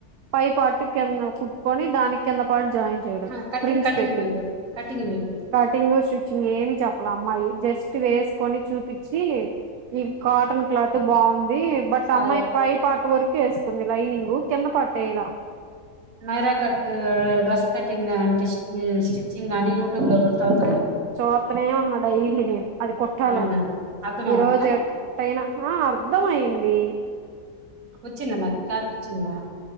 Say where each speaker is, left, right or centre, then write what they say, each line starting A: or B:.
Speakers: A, on the right; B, on the right.
A: పై పార్ట్ కింద కుట్టుకొని దానికి కింద పార్ట్ జాయింట్ చేయడం
B: ఆహా కటింగ్
A: ఫ్రిల్స్
B: కటింగ్
A: పెట్టి
B: video cutting video
A: cutting stitching ఏమి చెప్పలమ్మాయి జస్ట్ వేసుకొని చూపిచ్చి ఇది కాటన్ క్లాత్ బాగుంది బట్
B: సా
A: అమ్మాయి పైప్ పార్ట్ వరకు వేసుకుంది లైనింగ కింద పార్టేయల
B: మైరా కట్ డ్రెస్ కటింగ్ అంట స్టిచ్చింగ్ అని యూట్యూబ్లో <unintelligible>
A: చూత్తనే ఉన్నా డైలీ నేను అది కుట్టాలని
B: అవునా అర్థం
A: ఈరోజు
B: అవట్లే
A: తయినా అర్ధంమయింది
B: వచ్చిందా మరి క్లాత్ వచ్చిందా